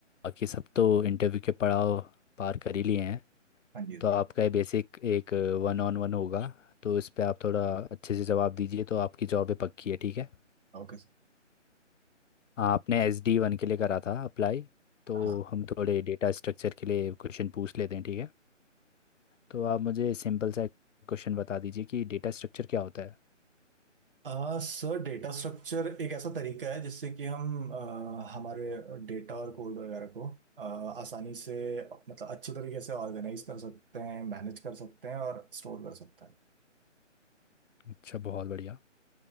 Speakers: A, on the left; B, on the right.
A: बाकी सब तो इंटरव्यू के पड़ाव पार कर ही लिए हैं
B: हाँ जी
A: तो
B: sir
A: आपका ये बेसिक एक वन ऑन वन होगा तो इस पे आप थोड़ा अच्छे से जवाब दीजिए तो आपकी जॉब है पक्की है ठीक है
B: Okay sir
A: आपने एस डी वन के लिए करा था अप्लाई तो
B: हाँ
A: हम थोड़े डेटा स्ट्रक्चर के लिए क्वेश्चन पूछ लेते हैं ठीक है तो आप मुझे सिंपल सा क्वेश्चन बता दीजिए कि डेटा स्ट्रक्चर क्या होता है
B: अ, सर डेटा स्ट्रक्चर एक ऐसा तरीका है जिससे कि हम अ, हमारे डेटा और कोड वगैरह को अ, आसानी से मतलब अच्छे तरीके से ऑर्गेनाइज कर सकते हैं मैनेज कर सकते हैं और स्टोर कर सकते हैं
A: अच्छा बहुत बढ़िया